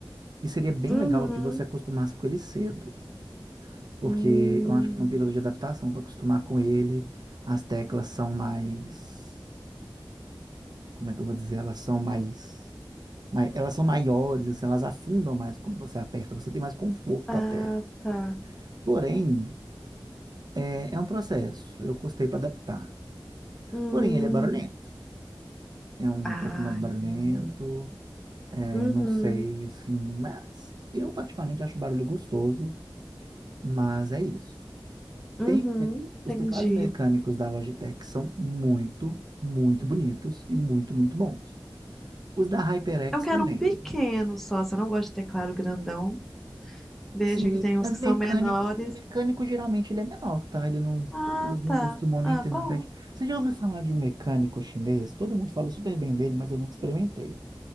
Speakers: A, on the right (about 55°); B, in the centre.
A: E seria bem
B: Uhum.
A: legal que você acostumasse com ele cedo. porque
B: Hum.
A: eu acho que num período de adaptação, para acostumar com ele, as teclas são mais, como é que eu vou dizer? Elas são mais, mai- elas são maiores, assim, elas afundam mais quando você aperta, você tem mais conforto
B: Ah,
A: até.
B: tá.
A: Porém, é, é um processo, eu custei para adaptar.
B: Hum.
A: Porém, ele é barulhento, é um
B: Ah,
A: pouco mais barulhento,
B: entendi.
A: é,
B: Uhum.
A: não sei, assim, mas eu particularmente acho barulho gostoso, mas é isso.
B: Uhum.
A: Tem te- os
B: Entendi.
A: teclados mecânicos da Logitech são muito, muito bonitos e muito, muito bons. Os da HyperX
B: Eu quero
A: também.
B: um pequeno só, se eu não gosto de teclado grandão. Vejo
A: Sim,
B: que tem uns
A: mas
B: que
A: mecânico,
B: são menores.
A: mecânico geralmente ele é menor, tá? Ele não,
B: Ah,
A: eles não
B: tá.
A: costumam nem
B: Ah,
A: ter
B: bom.
A: numpad. Você já ouviu falar de um mecânico chinês? Todo mundo fala super bem dele, mas eu nunca experimentei.